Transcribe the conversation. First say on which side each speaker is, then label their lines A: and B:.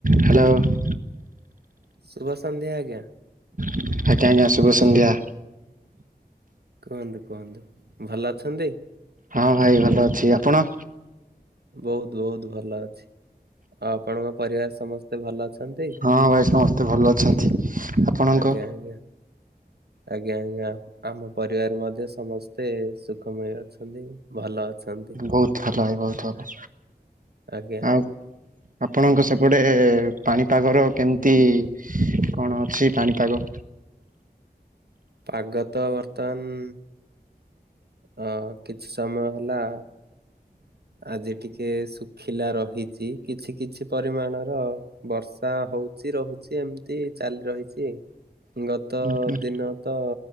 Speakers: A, on the right; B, on the right.
A: Hello.
B: ଶୁଭ ସନ୍ଧ୍ୟା ଆଜ୍ଞା।
A: ଆଜ୍ଞା। ଆଜ୍ଞା। ଶୁଭ ସନ୍ଧ୍ୟା।
B: କୁହନ୍ତୁ କୁହନ୍ତୁ। ଭଲ ଅଛନ୍ତି?
A: ହଁ ଭାଇ ଭଲ ଅଛି। ଆପଣ?
B: ବୋହୁତ୍ ବୋହୁତ୍ ଭଲ ଅଛି। ଆଉ ଆପଣଙ୍କ ପରିବାର ସମସ୍ତେ ସମସ୍ତେ ଭଲ ଅଛନ୍ତି?
A: ହଁ ଭାଇ ସମସ୍ତେ ଭଲ ଅଛନ୍ତି ଆପଣଙ୍କ?
B: ଆଜ୍ଞା। ଆଜ୍ଞା। ଆଜ୍ଞା ଆଜ୍ଞା। ଆମ ପରିବାର ମଧ୍ୟ ସମସ୍ତେ ସୁଖମୟ ଅଛନ୍ତି। ଭଲ ଅଛନ୍ତି।
A: ବୋହୁତ୍ ଭଲ ଭାଇ। ବୋହୁତ୍ ଭଲ।
B: ଆଜ୍ଞା
A: ଆଉ ଆପଣଙ୍କ ସେପଟେ ପାଣିପାଗର କେମିତି କଣ ଅଛି ପାଣିପାଗ?
B: ପାଗ ତ ବର୍ତ୍ତମାନ ହଁ। କିଛି ସମୟ ହେଲା। ଆଜି ଟିକେ ଶୁ ଖିଲା ରହିଛି। କିଛି କିଛି ପରିମାଣର ବର୍ଷା ହୋଉଚି। ରହୁଚି ଏମ୍ ତି ଚାଲି ରହିଛି।
A: <inaudible>
B: ଗତ
A: ହୁଁ ହୁଁ।
B: ଦିନ ତ